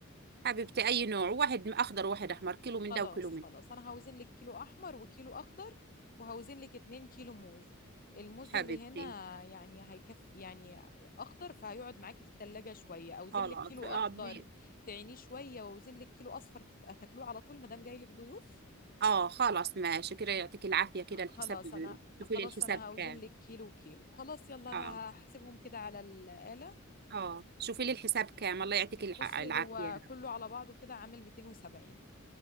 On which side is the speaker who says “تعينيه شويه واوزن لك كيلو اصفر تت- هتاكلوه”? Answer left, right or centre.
Left